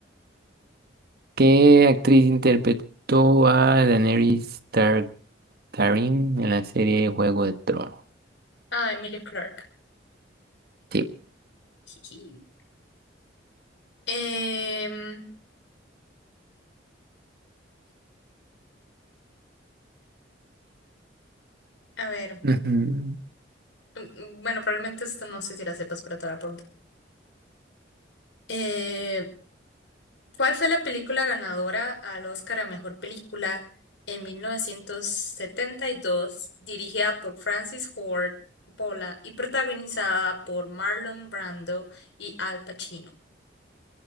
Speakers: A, on the right (about 55°); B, on the left (about 75°).
A: ¿Qué actriz interpretó a Daenerys Tar- Targaryen en la serie Juego de Tronos?
B: Ah, Emilia Clarke.
A: Sí.
B: <laughs> Jiji. Em, a ver,
A: Ujú.
B: mm, mm, bueno, probablemente esto no sé si la sepas, pero te la pregunto. Eh, ¿cuál fue la película ganadora al Oscar a Mejor Película en 1972, dirigida por Francis Ford Coppola y protagonizada por Marlon Brando y Al Pacino?